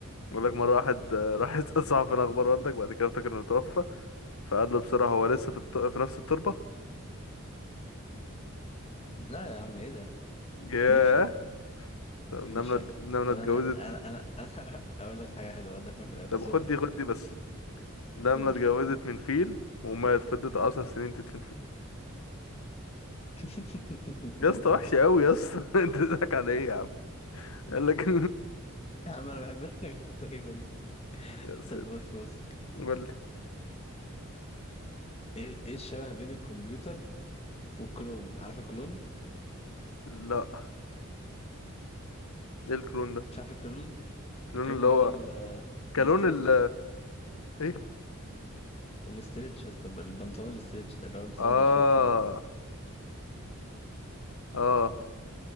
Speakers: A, on the left; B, on the left.
A: بقول لك مرة واحد <laughs> آه، راح يسأل صاحبه فين اخبار والدك بعد كده افتكر انه توفى فقال له بسرعة هو لسه في, الت... في نفس التربة
B: لا يا عم ايه ده
A: ياه
B: دي مش حلوة
A: طب نملة
B: دي مش حلوة
A: نملة
B: طب
A: اتجوزت
B: انا انا انا, أنا <laughs> اقول لك حاجة حلوة اقول لك
A: طب
B: فزورة
A: خد
B: حلوة
A: دي خد دي بس نملة
B: قول
A: اتجوزت من فيل ومات فضلت عشر سنين تدفن فيه
B: <laughs>
A: يا اسطى وحش قوي يا اسطى <laughs> انت بتضحك على ايه يا عم قال لك
B: يا عم انا بحب الحاجات السخيفة دي
A: <laughs> يا سيد
B: طب بص بص
A: قول لي
B: ايه ايه الشبه بين الكمبيوتر والكلون عارف الكلون
A: لا ايه الكلون ده
B: مش عارف الكلون
A: الكلون
B: الكلون
A: اللي
B: اللي
A: هو
B: هو ال-
A: كلون
B: الاسترتش
A: ال ايه
B: الاسترتش يا اسطى البنطلون الاسترتش ده اللي هو بتاع
A: اه
B: اللي بيشف ده
A: اه